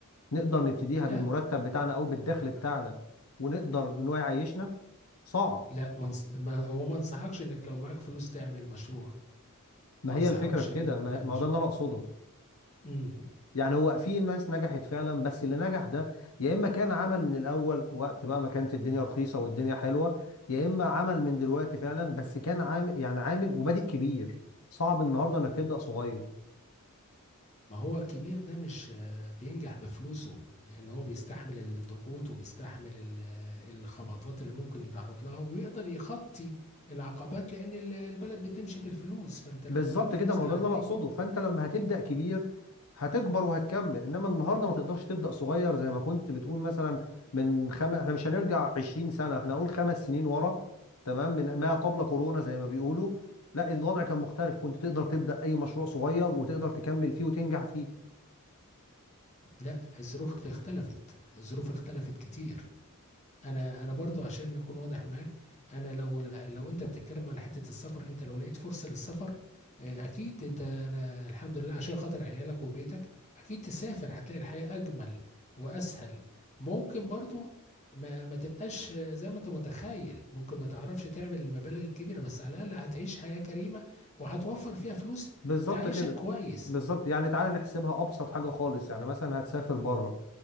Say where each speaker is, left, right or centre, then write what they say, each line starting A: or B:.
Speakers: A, on the left; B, on the left.
A: نقدر نبتديها
B: لا
A: بالمرتب بتاعنا أو بالدخل بتاعنا ونقدر إن هو يعيشنا صعب
B: لا ما انص- ما- هو ما انصحكش انك لو معاك فلوس تعمل مشروع
A: ما
B: ما
A: هي
B: انصحكش
A: الفكرة في
B: ان
A: كده
B: انت
A: ما
B: تعمل
A: ما
B: مشروع
A: هو ده اللي أنا أقصده
B: إمم.
A: يعني هو في ناس نجحت فعلا بس اللي نجح ده يا اما كان عمل من الاول وقت بقى ما كانت الدنيا رخيصه والدنيا حلوه يا اما عمل من دلوقتي فعلا بس كان عامل يعني عامل وبادئ كبير صعب النهارده انك تبدا صغير
B: ما هو الكبير ده مش آه، بينجح بفلوسه لأن هو بيستحمل الضغوط وبيستحمل ال- آه، الخبطات اللي ممكن يتعرض لها ويقدر يخطي العقبات لأن ال- البلد بتمشي بالفلوس فأنت لو
A: بالظبط
B: معاك فلوس
A: كده ما
B: تعديك
A: هو ده اللي انا اقصده فانت لما هتبدا كبير هتكبر وهتكمل انما النهارده ما تقدرش تبدا صغير زي ما كنت بتقول مثلا من خمس احنا مش هنرجع 20 سنه احنا هنقول خمس سنين ورا تمام من ما قبل كورونا زي ما بيقولوا لا الوضع كان مختلف كنت تقدر تبدا اي مشروع صغير وتقدر تكمل فيه وتنجح فيه
B: لا الظروف اختلفت الظروف اختلفت كتير انا انا برضو عشان نكون واضح معاك انا لو لو انت بتتكلم على حته السفر انت لو لقيت فرصه للسفر آه، اكيد انت انا الحمد لله عشان خاطر عيالك وبيتك اكيد تسافر هتلاقي الحياه اجمل واسهل ممكن برضو ما ما تبقاش آه، زي ما انت متخيل ممكن ما تعرفش تعمل المبالغ الكبيره بس على الاقل هتعيش حياه كريمه وهتوفر فيها فلوس
A: بالظبط
B: تعيشك
A: كده
B: كويس
A: بالظبط يعني تعالى نحسبها ابسط حاجه خالص يعني مثلا هتسافر بره